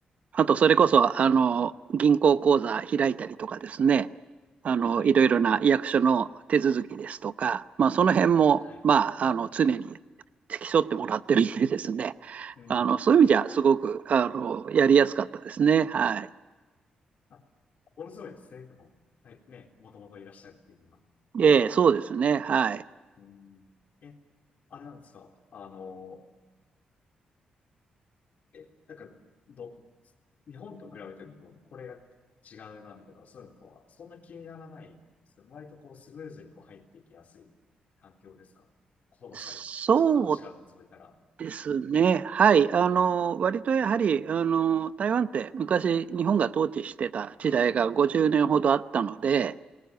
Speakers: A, on the right (about 55°); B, on the left (about 65°).
A: あと、それこそ、
B: あ、はい。
A: あの、銀行口座開いたりとかですね、あの、
B: はい。
A: いろいろな役所の手続きですとか、まあ、その辺も、
B: はい。
A: まあ、あの、常に付き添ってもらってるんでですね、
B: うーん。
A: あの、そういう意味じゃ、すごく、あの、やりやすかったですね。はい。
B: あ、心強いですね。でも、はい、ね、もともといらっしゃるっていうのは。
A: ええ、そうですね。はい。
B: うーん。え、あれなんですかあの、え、なんか、ど、日本と比べても、これが違うな、みたいな、そういうのとは、そんな気にならないんですよ。割とこう、スムーズにこう入っていきやすい環境ですか言葉さえ、
A: そう
B: ちあ、違うの除いたら。
A: ですね。はい。あの、割とやはり、あの、台湾って昔日本が統治してた時代が50年ほどあったので、